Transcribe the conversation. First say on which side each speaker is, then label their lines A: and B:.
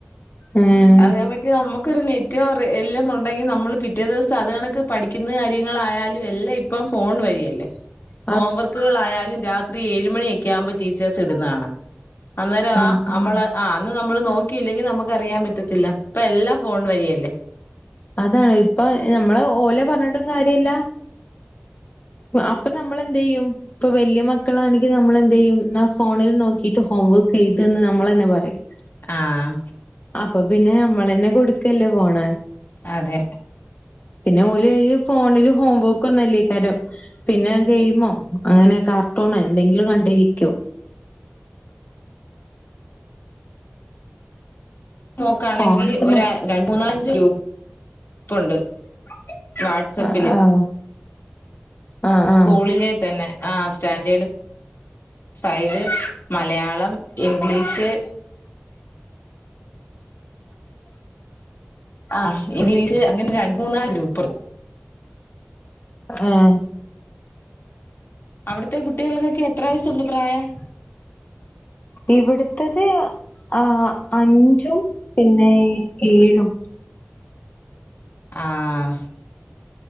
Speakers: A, on the left; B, on the left.
A: ഉം
B: അതിനെപ്പറ്റി നമുക്കൊരു നെറ്റ അറ എല്ലാന്നുണ്ടെങ്കിൽ നമ്മൾ പിറ്റേ ദിവസം അത് കണക്ക് പഠിക്കുന്ന കാര്യങ്ങളായാലും എല്ലാം ഇപ്പം ഫോൺ വഴിയല്ലേ
A: <inaudible>
B: ഹോം വർക്കുകളായാലും രാത്രി ഏഴ് മണിയൊക്കെ ആവുമ്പോൾ ടീച്ചേഴ്സ് ഇടുന്ന കാണാം അന്നേരം
A: ആഹ്
B: ആ നമ്മള്
A: ആഹ്
B: ആ അന്ന് നമ്മള് നോക്കിയില്ലെങ്കി നമുക്ക് അറിയാൻ പറ്റത്തില്ല ഇപ്പ എല്ലാ ഫോൺ വഴിയല്ലേ
A: അതാണ് ഇപ്പൊ ഞമ്മള് ഓലെ പറഞ്ഞിട്ടും കാര്യല അപ്പം നമ്മൾ എന്ത് ചെയ്യും ഇപ്പൊ വലിയ മക്കളാണെങ്കിൽ നമ്മൾന്ത് ചെയ്യും ന്നാ ഫോണിൽ നോക്കിയിട്ട് ഹോം വർക്ക് എഴുത് ന്ന് നമ്മൾ തന്നെ പറയും
B: ആഹ്
A: അപ്പൊ പിന്നെ നമ്മളന്നെ കൊടുക്കല്ലേ ഫോൺ
B: അതെ
A: പിന്നെ ഓൽ ഫോണില് ഹോംവർക്ക് ഒന്നുല്ലേ കാരം പിന്നെ ഗെയിമോ അങ്ങനെ കാർട്ടൂണോ എന്തെങ്കിലും കണ്ടിരിക്കും
B: മോക്കാണെങ്കിൽ
A: ഫോണൊക്കെ
B: ഒര
A: മ
B: രണ്ട് മൂന്നലഞ്ച് ഗ്രൂപ്പുണ്ട് വാട്സപ്പില്
A: ആ ആഹ് ആഹ് ആഹ്
B: സ്കൂളിലെ തന്നെ ആ സ്റ്റാൻഡേർഡ് ഫൈവ് മലയാളം ഇംഗ്ലീഷ് ആഹ് ഇംഗ്ലീഷ് അങ്ങനെ രണ്ട് മൂന്നാ ഗ്രൂപ്പറ്
A: ആഹ്
B: അവിടുത്തെ കുട്ടികൾക്കൊക്കെ എത്ര വയസുണ്ട് പ്രായം
A: ഇവിടുത്തത് ആ അഞ്ചും പിന്നെ ഏഴും
B: ആഹ്